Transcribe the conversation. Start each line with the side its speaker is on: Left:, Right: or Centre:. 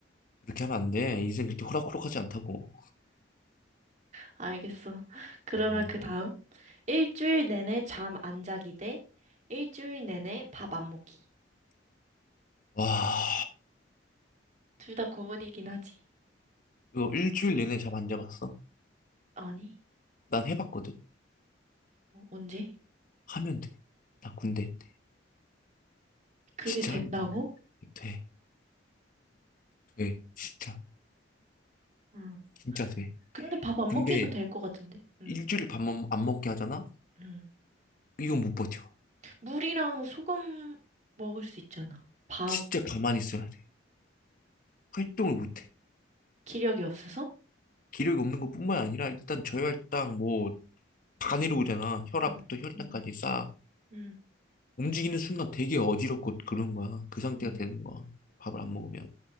Left: 그렇게 하면 안 돼. 인생 그렇게 호락호락하지 않다고.
Right: 알겠어. <laughs> 그러면
Left: 음.
Right: 그 다음. 일주일 내내 잠 안 자기 대 일주일 내내 밥 안 먹기.
Left: 와,
Right: 둘 다 고문이긴 하지.
Left: 이거 일주일 내내 잠 안 자봤어?
Right: 아니,
Left: 난 해봤거든.
Right: 어, 언제?
Left: 하면 돼. 나 군대 때대
Right: 그게
Left: 진짜
Right: 된다고?
Left: 하면 돼. 돼. 돼. 진짜.
Right: 응.
Left: 진짜 돼.
Right: 근데 밥 안
Left: 근데
Right: 먹기도 될 것 같은데? 응
Left: 일주일 밥안 먹게 하잖아?
Right: 응.
Left: 이건 못 버텨.
Right: 물이랑 소금 먹을 수 있잖아. 밥,
Left: 진짜 가만히 있어야 돼. 활동을 못 해.
Right: 기력이 없어서?
Left: 기력이 없는 것뿐만 아니라 일단 저혈당 뭐 다 내려오잖아. 혈압부터
Right: 음,
Left: 혈당까지
Right: 음,
Left: 싹.
Right: 음.
Left: 움직이는 순간 되게 어지럽고 그런 거야. 그 상태가
Right: 음,
Left: 되는 거야. 밥을 안 먹으면.